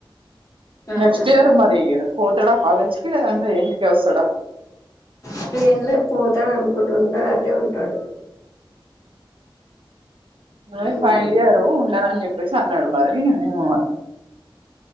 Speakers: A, on the left; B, on the right.
A: అట్టంట
B: నెక్స్ట్ ఇయర్ మరి పోతడ కాలేజ్ కి లేదంటే ఇంటికే వస్తాడా
A: ట్రైన్ లో పోతాడు అనుకుంటుంటాడు అటే ఉంటాడు
B: ఆ
A: మ్మ్
B: ఫైనల్ ఇయరు ఉండాల అని చెప్ వేసా అన్నాడు మరి ఏమో మరి